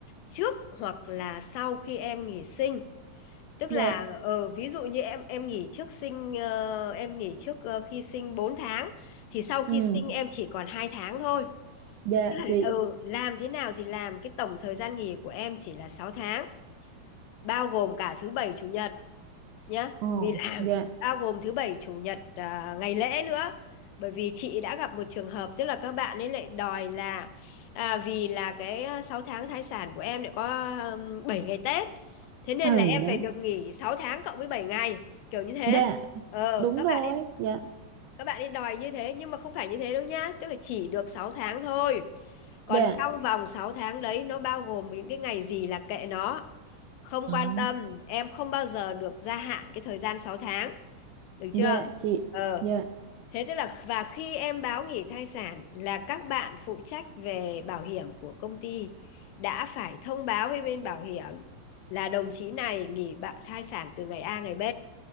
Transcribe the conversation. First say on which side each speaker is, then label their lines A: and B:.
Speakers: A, on the left (about 85°); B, on the right (about 80°).
A: trước hoặc là sau khi em nghỉ sinh tức
B: Dạ
A: là ờ, ví dụ như em em nghỉ trước sinh ờ, em nghỉ trước ờ, khi sinh bốn tháng thì sau khi
B: ừ
A: sinh em chỉ còn 2 tháng thôi
B: dạ
A: tức là
B: chị
A: ờ, làm thế nào thì làm cái tổng thời gian nghỉ của em chỉ là sáu tháng bao gồm cả thứ bảy chủ nhật nhá
B: ồ
A: vì làm
B: dạ
A: bao gồm thứ bảy chủ nhật à, ngày lễ nữa bởi vì chị đã gặp một trường hợp tức là các bạn ấy lại đòi là à, vì là cái à, 6 tháng thai sản của em lại có um, 7 ngày Tết thế nên
B: ừ
A: là em
B: đấy
A: phải được nghỉ 6 tháng cộng với bảy ngày kiểu như thế
B: dạ
A: ờ
B: đúng
A: các
B: rồi
A: bạn
B: dạ
A: các bạn ấy đòi như thế nhưng mà không phải như thế đâu nhá tức là chỉ được 6 tháng thôi còn
B: dạ
A: trong vòng 6 tháng đấy nó bao gồm những cái ngày gì là kệ nó không
B: à,
A: quan tâm em không bao giờ được gia hạn cái thời gian sáu tháng được
B: dạ
A: chưa
B: chị
A: ờ
B: dạ
A: thế tức là và khi em báo nghỉ thai sản là các bạn phụ trách về bảo hiểm của công ty đã phải thông báo với bên bảo hiểm là đồng chí này nghỉ bạ- thai sản từ ngày A ngày B